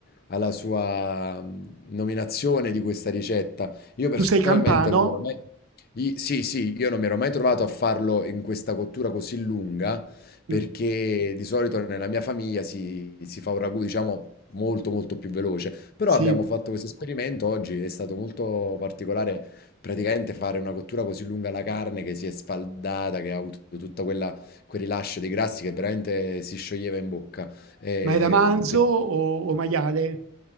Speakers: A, on the left (about 45°); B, on the right (about 85°).
A: ha la sua mh, nominazione di questa ricetta. Io personalmente
B: Tu sei campano?
A: non mi ero mai... I- Sì, sì, io non mi ero mai trovato a farlo in questa cottura così lunga, perché
B: Mm,
A: di solito nella mia famiglia si, si fa un ragù, diciamo, molto molto più veloce. Però
B: sì.
A: abbiamo fatto questo esperimento oggi, è stato molto particolare praticamente fare una cottura così lunga alla carne che si è sfaldata, che ha avuto tutta quella quel rilascio dei grassi che veramente si scioglieva in bocca. Ehm,
B: Ma era manzo
A: per-
B: o, o maiale?